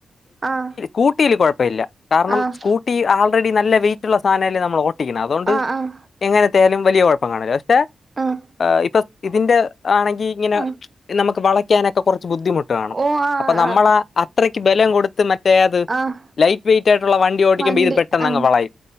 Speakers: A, on the right; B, on the left.
A: ആഹ്
B: കൂട്ടീല് കൊഴപ്പില്ല. കാരണം
A: ആഹ്
B: സ്കൂട്ടി ആൾറെഡി നല്ല വെയിറ്റുള്ള സാധനല്ലെ നമ്മൾ ഓട് ട്ടിക്ക്ണെ അതോണ്ട്
A: ആഹ് ആഹ്
B: എങ്ങനെത്തെ ആയാലും വലിയ കൊഴപ്പം കാണ്ല. പക്ഷേ
A: ആഹ്
B: ഇപ്പൊസ്‌ ഇതിന്റെ ആണെങ്കി ഇങ്ങനെ
A: ആഹ്
B: നമുക്ക് വളയ്ക്കാനൊക്കെ കുറച്ച് ബുദ്ധിമുട്ട് കാണും.
A: ഓ ആഹ്
B: അപ്പൊ നമ്മള
A: ആഹ്
B: അ ത്രയ്ക്ക് ബലം കൊടുത്ത് മറ്റേ അത്
A: ആഹ്
B: ലൈറ്റ് വെയിറ്റ് ആയിട്ടുള്ള ഓടിക്കുമ്പോ
A: വണ്ടി
B: ഇത് പെട്ടെന്നങ്ങ്
A: ആഹ്
B: വളയും